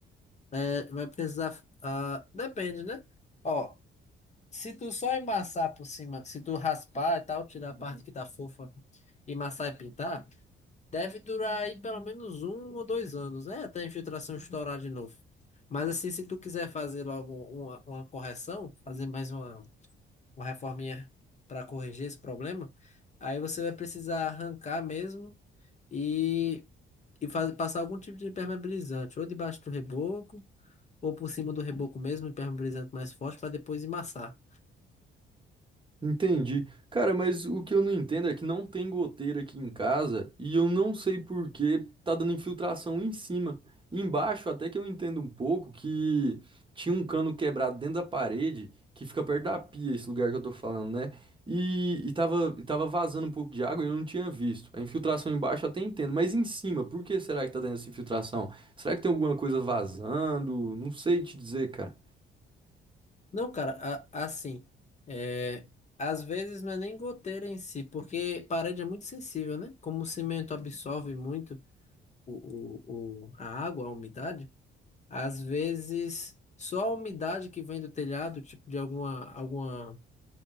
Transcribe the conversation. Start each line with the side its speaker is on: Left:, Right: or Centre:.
Left: É, vai precisar. ah, depende, né? Ó, se tu só embaçar por cima, se tu raspar e tal, tirar a parte que tá fofa e amassar e pintar, deve durar aí pelo menos um ou dois anos, né? Até a infiltração estourar de novo. Mas assim, se tu quiser fazer logo uma, uma correção, fazer mais uma. uma reforminha para corrigir esse problema, aí você vai precisar arrancar mesmo e, e faz, passar algum tipo de impermeabilizante, ou debaixo do reboco, ou por cima do reboco mesmo, impermeabilizante mais forte, para depois emassar.
Right: Entendi. Cara, mas o que eu não entendo é que não tem goteira aqui em casa e eu não sei por que tá dando infiltração em cima. Embaixo, até que eu entendo um pouco que tinha um cano quebrado dentro da parede que fica perto da pia, esse lugar que eu tô falando, né? E, e tava, e tava vazando um pouco de água e eu não tinha visto. A infiltração embaixo eu até entendo, mas em cima, por que será que tá dando essa infiltração? Será que tem alguma coisa vazando? Não sei te dizer, cara.
Left: Não, cara, a- assim, é, às vezes não é nem goteira em si, porque parede é muito sensível, né? Como o cimento absorve muito o, o, o- a água, a umidade, às vezes só a umidade que vem do telhado, tipo de alguma, alguma